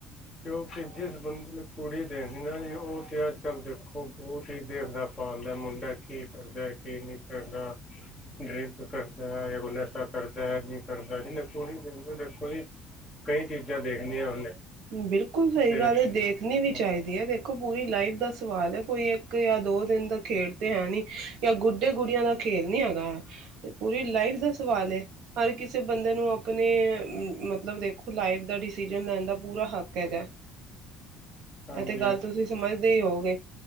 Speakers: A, in the centre; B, on the right (about 60°).
A: ਕਿਉਂਕਿ ਜਿਸ ਬੰਦੇ ਨੂੰ ਕੁੜੀ ਦੇਖਦੀ ਨਾ ਜੀ ਉਹ ਤੇ ਅੱਜ ਕੱਲ੍ਹ ਦੇਖੋ ਬਹੁਤ ਹੀ ਦੇਖਦਾ ਭਾਲਦਾ ਮੁੰਡਾ ਕੀ ਕਰਦਾ ਕੀ ਨਹੀਂ ਕਰਦਾ ਡਰਿੰਕ ਕਰਦਾ ਕਰਦਾ ਨੀ ਕਰਦਾ ਥੋੜੇ ਦਿਨ ਦੇਖੋ ਜੀ ਕਈ ਚੀਜ਼ਾਂ ਦੇਖਣੀਆਂ ਉਹਨੇ
B: ਬਿਲਕੁਲ ਸਹੀ
A: ਤੇ
B: ਗੱਲ ਹੈ ਦੇਖਣੀ ਵੀ ਚਾਹੀਦੀਆ
A: ਹਾਂ
B: ਦੇਖੋ ਪੂਰੀ ਲਾਈਫ ਦਾ ਸਵਾਲ ਹੈ ਕੋਈ ਇੱਕ ਜਾਂ ਦੋ ਦਿਨ ਦਾ ਖੇਡ ਤਾਂ ਹੈ ਨਹੀਂ ਜਾਂ ਗੁੱਡੇ ਗੁੜੀਆਂ ਦਾ ਖੇਡ ਨੀ ਹੈਗਾ ਹੈ ਪੂਰੀ ਲਾਈਫ ਦਾ ਸਵਾਲ ਹੈ ਹਰ ਕਿਸੇ ਬੰਦੇ ਨੂੰ ਆਪਣੇ ਮਤਲਬ ਦੇਖੋ ਲਾਈਫ ਦਾ ਡਿਸੀਜ਼ਨ ਲੈਣ ਦਾ ਪੂਰਾ ਹੱਕ ਹੈਗਾ
A: ਹਾਂਜੀ
B: ਇਹ ਤੇ ਗੱਲ ਤੁਸੀਂ ਸਮਝ ਹੋ ਗਏ